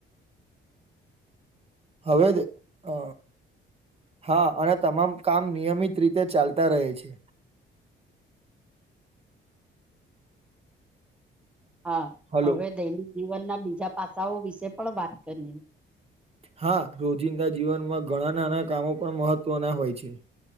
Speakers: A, on the right; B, in the centre.
A: હવે અ હા અને તમામ કામ નિયમિત રીતે ચાલતા રહે છે.
B: હા
A: હલો
B: હવે દૈનિક જીવનના બીજા પાસાઓ વિશે પણ વાત કરીએ.
A: હા રોજિંદા જીવનમાં ઘણા નાના કામો પણ મહત્ત્વના હોય છે.